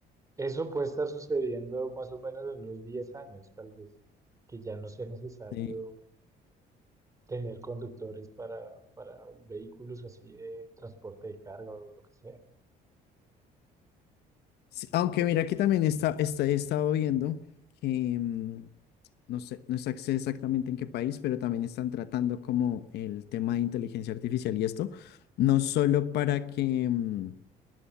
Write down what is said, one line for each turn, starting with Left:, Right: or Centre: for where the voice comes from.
Right: eso puede estar sucediendo más o menos en unos 10 años, tal vez, que ya no sea necesario
Left: Sí.
Right: tener conductores para, para vehículos así de transporte de carga o lo que sea.
Left: sí, aunque mira que también está, está, he estado viendo que... mm, no sé, no sé exactamente en qué país, pero también están tratando como el tema de inteligencia artificial y esto, no solo para que, mm,